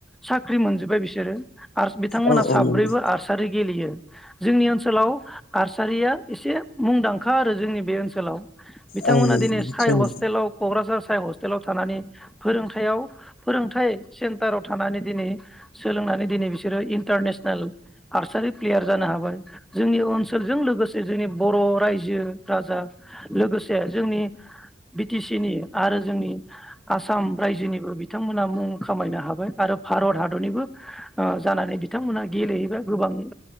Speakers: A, in the centre; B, on the left.
A: साख्रि मोनजोब्बाय बिसोरो आरो बिथांमोनहा
B: औ औ
A: साब्रैबो
B: नंगौ
A: आर्सारि गेलेयो जोंनि ओनसोलाव आरसारिया एसे मुंदांखा आरो जोंनि बे ओनसोलाव बिथांमोना
B: औ नंगौ
A: दिनै
B: निस्सय
A: हस्टेलाव
B: नोंथां
A: क'क्राझार साइ हस्टेलाव थानानै फोरोंथायाव फोरोंथाइ सेन्टाराव थानानै दिनै सोलोंनानै दिनै बिसोरो इन्टारनेसनेल आर्सारि प्लेयार जानो हाबाय जोंनि ओनसोलजों लोगोसे जोंनि बर' रायजो राजा लोगोसे जोंनि बिटि सि नि आरो जोंनि आसाम रायजोनिबो बिथांमोना मुं खामायनो हाबाय आरो भारत हादरनिबो जानानै बिथांमोना गेलेहैबाय गोबां